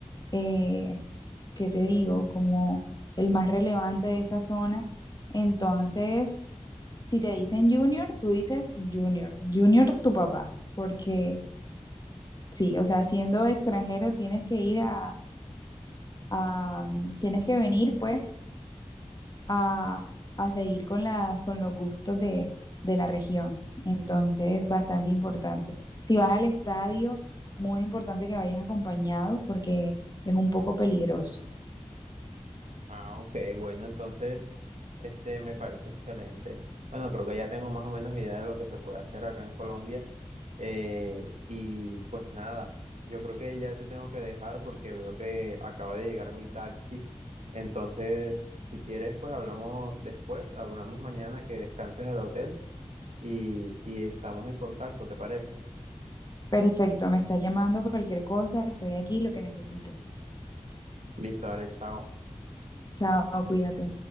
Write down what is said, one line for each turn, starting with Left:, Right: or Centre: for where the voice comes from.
Left: eh, ¿qué te digo? Como el más relevante de esa zona. Entonces, si te dicen Junior, tú dices Junior, Junior tu papá, porque sí, o sea, siendo extranjero tienes que ir a, a- tienes que venir pues a, a seguir con las, con los gustos de, de la región. Entonces, bastante importante. Si vas al estadio, muy importante que vayas acompañado porque es un poco peligroso.
Right: Ah, ok, bueno, entonces, este me parece excelente. Bueno, creo que ya tengo más o menos idea de lo que se puede hacer acá en Colombia. Eh, y pues nada, yo creo que ya te tengo que dejar porque veo que acaba de llegar mi taxi. Entonces, si quieres, pues hablamos después, hablamos mañana que descanses en el hotel y, y estamos en contacto, ¿te parece?
Left: Perfecto, me está llamando cualquier cosa, estoy aquí, lo que necesites.
Right: Listo, dale, chao.
Left: Chao, cuídate.